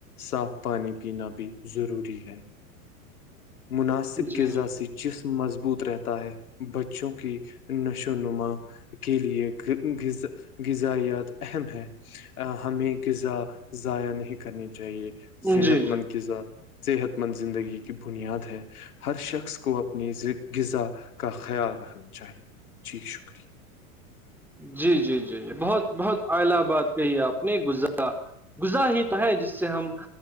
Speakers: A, on the left; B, in the centre.
A: صاف پانی پینا بھی ضروری ہے مناسب
B: جی
A: غذا
B: جی
A: سے جسم مضبوط رہتا ہے بچوں کی نشو و نما کے لیےغذ غذایات اہم ہے ا ہمیں غذا ضائع نہیں کرنی چاہیے
B: جی
A: صحت
B: جی
A: مند غذا صحت مند زندگی کی بنیاد ہے ہر شخص کو اپنی غذا کا خیال رکھنا چاہیے جی شکریہ
B: جی جی جی جی بہت بہت اہلی بات کہی آپ نے گزرا گذا ہی تو ہے جس سے ہم